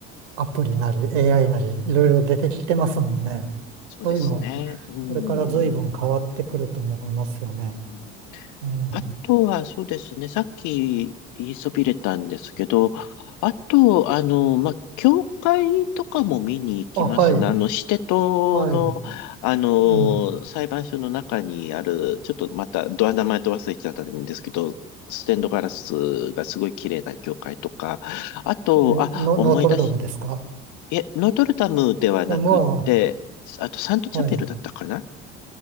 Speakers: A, on the right; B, on the left.
A: アプリなり AI なりいろいろ出てきてますもんね。
B: そうですね。
A: そういうの、
B: うん。
A: これから随分変わってくると思いますよね。
B: うん
A: ええ
B: あとは、そうですね。さっき言いそびれたんですけど、あと、あの、まあ、教会とかも見に行きますね。
A: あ、はい、
B: あの、シテ島の、
A: はい、
B: あの、
A: うん。
B: 裁判所の中にある、ちょっとまた、ドア名前と忘れちゃったんですけど、ステンドガラスがすごい綺麗な教会とか、あと、
A: え、
B: あ、
A: ノ、
B: 思い出し
A: ノートルダムですか
B: え、ノートルダムではなくって、
A: で、ま
B: あとサントチャペルだったかな
A: あ、はい。